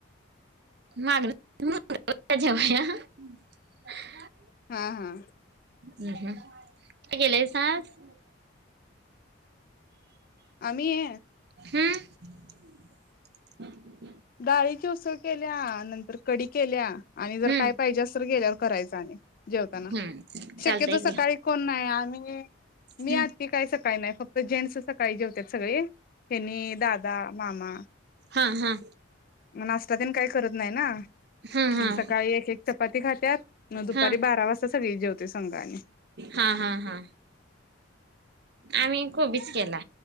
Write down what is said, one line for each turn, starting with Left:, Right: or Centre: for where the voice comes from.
Right: <inaudible>
Left: हां हां.
Right: हम्म हम्म <unintelligible>
Left: आम्ही?
Right: हम्म.
Left: डाळीची उसळ केल्या नंतर कडी केल्या आणि जर
Right: हम्म
Left: काय पाहिजे अस तर गेल्यावर करायच आणि जेवताना
Right: हम्म
Left: शक्यतो
Right: चालतंय घ्या
Left: सकाळी कोण नाही गे
Right: हम्म
Left: मी आत्ती काय सकाळी नाही फक्त जेंट्स सकाळी जेवतात सगळे हेनी दादा मामा
Right: हां हां
Left: नाश्ता काय करत नाही ना
Right: हा हा
Left: मग सकाळी एक एक चपाती खात्यात मग दुपारी
Right: हा
Left: बारा वाजता सगळी जेवते संघा आणि
Right: हा हा हा आम्ही कोबीच त्याला